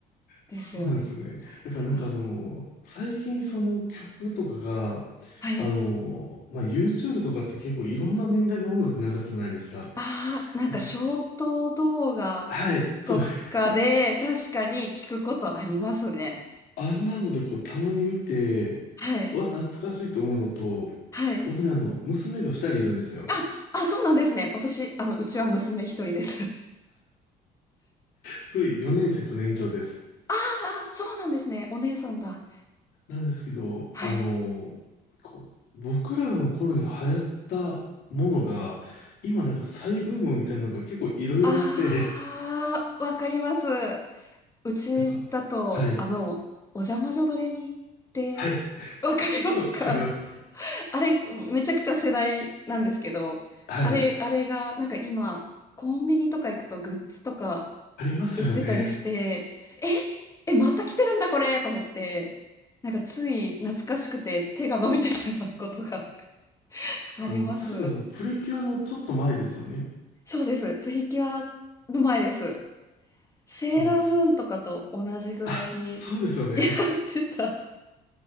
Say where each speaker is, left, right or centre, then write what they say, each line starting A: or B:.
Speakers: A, on the left (about 20°); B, on the left (about 75°).
A: ですよね。
B: そうなんですよね。だからなんかあの、
A: あ
B: 最近その曲とかが、
A: はい。
B: あの、まあ、YouTube とかって結構いろんな年代の音楽流すじゃないですか。
A: ああ、なんかショート動画とかで確かに聞くことありますね。
B: だから、はい、そう。<laughs> あんなのでこう、たまに見て、
A: はい。
B: は懐かしいと思うのと、
A: はい。
B: 僕ね、あの、娘が二人いるんですよ。
A: あ、あ、そうなんですね。私、あの、うちは娘一人です。<laughs>
B: 僕4年生と年長です。
A: ああ、そうなんですね。お姉さんだ。
B: なんですけど、
A: はい。
B: あの、こう、僕らの頃に流行ったものが、今なんか再ブームみたいなのが結構いろいろあって、
A: ああ、わかります。
B: <laughs>
A: うちだと、
B: なんか、はい、
A: あの、お邪魔女ドレミってわかりますか
B: はい、<laughs> わかります。
A: あれ、めちゃくちゃ世代なんですけど、
B: はい、
A: あれ、あれが、なんか今、コンビニとか行くとグッズとか
B: ありますよね。
A: 売ってたりして、え、え、また来てるんだこれと思って、なんかつい懐かしくて手が伸びてしまうことが <laughs> あります。
B: あの、確かあの、プリキュアのちょっと前ですよね。
A: そうです。プリキュアの前です。セーラームーンとかと同じぐらいに
B: あの、つ、あ、そうですよね。
A: <laughs> やってた。あ